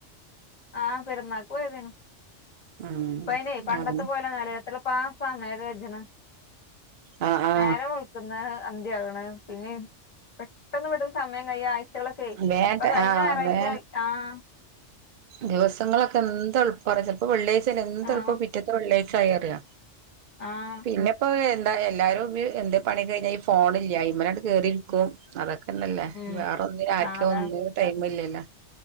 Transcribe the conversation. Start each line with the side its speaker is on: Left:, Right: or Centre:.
Left: ആ പെരുന്നാക്ക് പോയതയ്നു.
Right: ഉം
Left: ഇപ്പ അയ്നെ പണ്ടത്തെ
Right: അങ്ങനെ
Left: പോലന്നല്ല എന്താപ്പാ സമയൊക്കെ കജ്ണ്.
Right: ആ ആ
Left: നേരം വെള്ക്ക്ണ് അന്തിയാവ്‌ണ് പിന്നെ പെട്ടെന്ന് പെട്ടന്ന് സമയം കഴിയ ആഴ്ചെളൊക്കെ,
Right: വേട്ട
Left: ഇപ്പൊ കഴിഞ്ഞ
Right: ആ
Left: ഞായറാഴ്ച
Right: വേ
Left: ആഹ്
Right: ദിവസങ്ങളൊക്കെ എന്ത് എളുപ്പറിയോ ചിലപ്പോ വെള്ളിയാഴ്ച യാല് എന്ത്
Left: ആഹ്
Right: എളുപ്പാ പിറ്റത്തെ വെള്ളാഴ്ച്ച ആയി അറിയോ
Left: ആഹ്
Right: പിന്നെപ്പഹ് ന്താ എല്ലാരും എന്ത് പണി കഴിഞ്ഞാ ഈ ഫോണില്ലേ അയ്മ്മൽ അങ്ങട് കേറിയിരിക്കും അതൊക്കെ ക്കെന്നല്ലേ
Left: ഉം
Right: വേറെ ഒന്നിനും ആർക്കോ
Left: ആഹ് അതാണ്
Right: ഒന്നിനും ടൈമില്ലല്ലോ